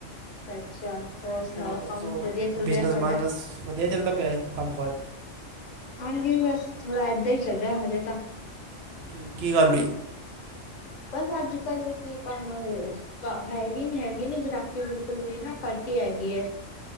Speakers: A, on the left; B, on the right.
A: ਅੱਛਾ ਅੱਛਾ। ਸੁਣਾਓ
B: ਹੋਰ ਦੱਸੋ।
A: ਕੰਮ ਵਧੀਆ ਚੱਲ
B: ਬਿਜ਼ਨਸ-ਬਾਜ਼ਨਸ
A: ਰਿਹਾ ਤੁਹਾਡਾ?
B: ਵਧੀਆ ਚੱਲਦਾ ਪਿਆ ਏ, ਕੰਮ-ਕਾਜ।
A: ਹਾਂਜੀ ਬਸ, ਥੋੜਾ ਏਦਾਂ ਈ ਚੱਲ ਰਿਆ ਹਜੇ ਤਾਂ।
B: ਕਿਉਂ ਕੀ ਗੱਲ ਹੋਈ?
A: ਬਸ ਅੱਜ-ਕਲ ਕੀ ਕੰਮ <unintelligible> ਹੈਗੀ ਨੀ ਹੈਗੀ ਨੀ ਗਰਾਕੀ ਬਿਲਕੁਲ ਵੀ ਨਾ, ਕੱਟ ਈ ਹੈਗੀ ਏ।